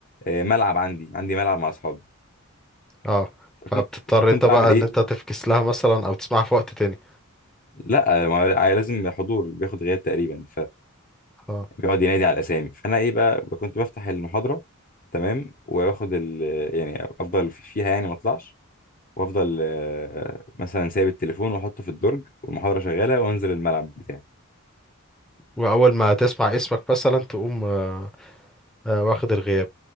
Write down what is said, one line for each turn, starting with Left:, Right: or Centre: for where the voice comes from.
Left: إيه، ملعب عندي عندي ملعب مع أصحابي
Centre: اه
Left: فكنت
Centre: فبتضطر
Left: فكنت
Centre: انت بقى
Left: أعمل إيه
Centre: ان انت تفكس لها مثلا او تسمعها في وقت تاني
Left: لا ما هو لا، لازم حضور بياخد غياب تقريبا
Centre: اه
Left: فبيقعد ينادي على الاسامي فانا ايه بقى كنت بفتح المحاضره تمام واخد ال يعني افضل فيها يعني ما اطلعش وافضل آه، مثلا سايب التليفون واحطه في الدرج والمحاضره شغاله وانزل الملعب بتاعي
Centre: واول ما تسمع اسمك مثلا تقوم آه، آه، واخد الغياب